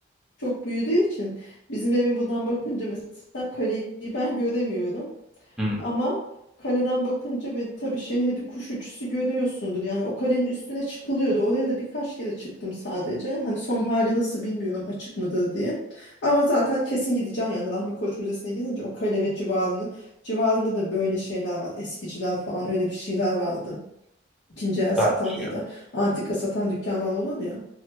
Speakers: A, on the left; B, in the centre.
A: çok büyüdüğü için bizim evin buradan bakınca mesela kaleyi ben göremiyorum.
B: Hmm.
A: Ama kaleden bakınca bir, tabii şehri bir kuş uçuşu görüyorsundur. Yani o kalenin üstüne çıkılıyordu. Oraya da birkaç kere çıktım sadece. Hani son hali nasıl bilmiyorum açık mıdır diye. Ama zaten kesin gideceğim yani Rahmi Koç Müzesi'ne gidince o kale ve civarını civarında da böyle şeyler var. Eskiciler falan öyle bir şeyler vardı. İkinci el satan
B: Vermiş
A: ya
B: ya.
A: da antika satan dükkanlar olur ya.